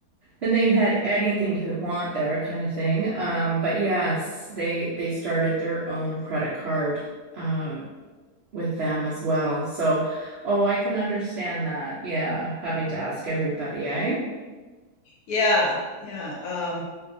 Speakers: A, on the right (about 70°); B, on the left (about 70°).
A: and they had anything you could want there kind of thing. Um, but yes, they they started their own credit card uh with them as well. So, oh, I can understand that. Yeah, having to ask everybody, eh?
B: Yeah, yeah. Um,